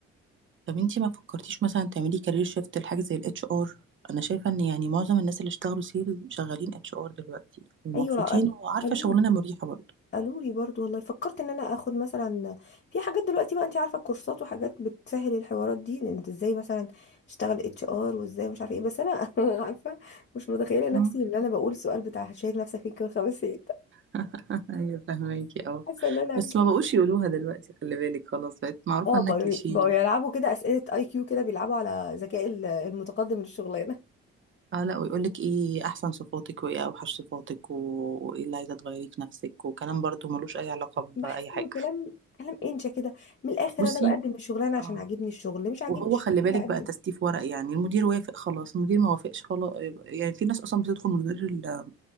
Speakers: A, on the right; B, on the left.
A: طب انتي ما فكرتيش مثلا تعملي كارير شيفت لحاجه زي الاتش ار انا شايفه ان يعني معظم الناس اللي اشتغلوا سيل شغالين اتش ار دلوقتي ومبسوطين
B: ايوه قال-
A: وعارفه
B: قالوا
A: شغلانه مريحه برضه
B: قالوا لي برضو والله فكرت ان انا اخد مثلا في حاجات دلوقتي بقى انت عارفه الكورسات وحاجات بتسهل الحوارات دي إن انت ازاي مثلا تشتغل اتش ار وازاي مش عارفه ايه بس انا <laughs> عارفه مش متخيله نفسي
A: مم.
B: اللي انا بقول سؤال بتاع شايف نفسك فين كمان خمس سنين
A: <laughs> ايوه فهماكي
B: <laughs>
A: اه
B: حاسه ان انا
A: بس ما بقوش يقولوها دلوقتي خلي بالك خلاص بقت معروفه
B: اه
A: انها
B: بقوا
A: كليشيه
B: بقوا
A: يعني
B: يلعبوا كده اسئله اي كيو كده بيلعبوا على ذكاء ال- المتقدم للشغلانه
A: اه لا ويقولك ايه احسن صفاتك وايه اوحش صفاتك و... وايه اللي عايزه تغيريه في نفسك وكلام برضو ملوش اي علاقه باي
B: <laughs> بحس
A: حاجه
B: انه كلام كلام انشا كده من الاخر
A: بصي
B: انا بقدم الشغلانه عشان
A: اه
B: عاجبني الشغل مش عاجبني
A: وهو
B: الشغل
A: خلي بالك
B: مش هقدم
A: بقى تستيف ورق يعني المدير وافق خلاص المدير ما وافقش خلاص يعني في ناس اصلا بتدخل من غير ال...